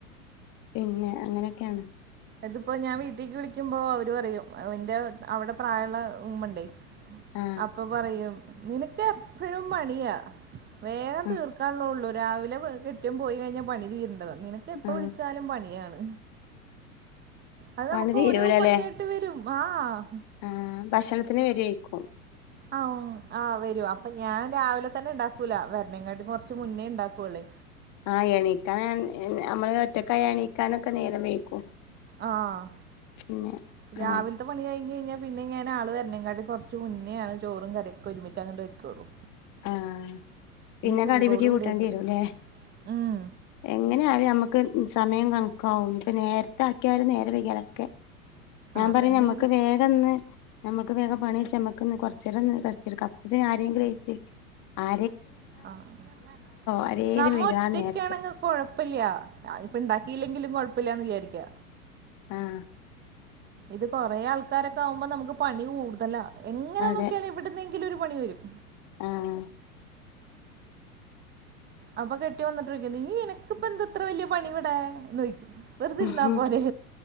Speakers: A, on the left; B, on the right.
A: പിന്നെ അങ്ങനെക്കേണ്
B: ഇത്പ്പോ ഞാ വീട്ടീക്ക് വിളിക്കുമ്പോ അവര്പറയും അവന്റെ അവടെ പ്രായള്ള ഉമ്മണ്ടേ.
A: ആ
B: അപ്പൊ പറയും നിനക്ക് എപ്പഴും പണിയാ വേഗം
A: ആ
B: തീർക്കാള്ളോള്ളൂ രാവിലെ വ് കെട്ട്യോൻ പോയി കഴിഞ്ഞാൽ പണി തീരണ്ടതാ നിനക്ക് എപ്പ
A: ആ
B: വിളിച്ചാലും പണിയാണ് അത
A: പണി
B: മുക്ക്
A: തീരൂലല്ലേ
B: ഓരോ പണ്യായിട്ട് വരും ആഹ്
A: ആ ഭക്ഷണത്തിന് വരുഏക്കും
B: ആ ഉ ആഹ് വരും അപ്പൊ ഞാൻ രാവിലെ തന്നെ ണ്ടാ ക്കൂല വര്നെകാട്ടിം കൊർച്ച് മുന്നേ ണ്ടാക്കുവൊള്ളേ.
A: ആ എണീക്കാൻ ഞമ്മള് ഒറ്റക്കായ എണീക്കാനൊക്കെ നേരം വൈകും
B: ആഹ്
A: പിന്നെ
B: രാവിൽത്തെ
A: ആ
B: പണി കൈഞയ്ഞ പിന്നെ ഞാൻ ആള് വെര്ണേകാട്ടിം കൊർച്ച് മുന്നെയാണ് ചോറും കറിയൊക്കെ ഒര്മിച്ചങ്ങട്ട് വെക്കോളു.
A: ആഹ് പിന്നെ
B: ചൂടോട്
A: കടിപിടി കൂട്ടണ്ടി
B: കൂടി വെക്കല്
A: വെരും ല്ലേ
B: ഉം
A: എങ്ങനെയായാലും ഞമ്മക്ക് സമയം കണ് ക്കാവും ഇനിപ്പൊ നേരത്തെ ആക്കിയാലും നേരം വൈകിയാലൊക്കെ ഞാൻ
B: അതന്നെയാണ്
A: പറയാ ഞമ്മക്ക് വേഗംന്ന് ഞമ്മക്ക് വേഗം പണി കയിച്ച് ഞമ്മക്കൊന്ന് കൊർച്ചേരം ഒന്ന് റസ്റ്റെ‌ട്ക്കാ അപ്പോത്തിന് ആരെങ്കിലും ആയിറ്റ് ആ
B: ആഹ്
A: ആരേലും
B: നമ്മ
A: വരും
B: ഒറ്റക്കാണെങ്കി
A: ആ നേരത്ത്
B: കൊഴപ്പയില്ല അത് ഇപ്പ ഇണ്ടാക്കി യില്ലെങ്കിലും കൊഴപ്പില്ലാന്ന് വിചാരിക്കാ
A: ആഹ്
B: ഇത് കൊറേ ആൾക്കാരൊക്കാവുമ്പോ നമ്മക്ക് പണി കൂടുതലാ എങ്ങനെ
A: അതെ
B: നോക്ക്യാലും എവ്ട്ന്നെ ന്തെങ്കിലൊരു പണി വരും.
A: ആഹ്
B: അപ്പൊ കെട്ട്യോൻ വന്ന്ട്ടോയ്ക്കും നീ നിനക്ക്പ്പന്താ ഇത്ര വല്ല്യ പണിവടെ എന്ന് ചോയിക്കും വെറുതിട്ര്ന്നാ
A: ഉം
B: പോരേ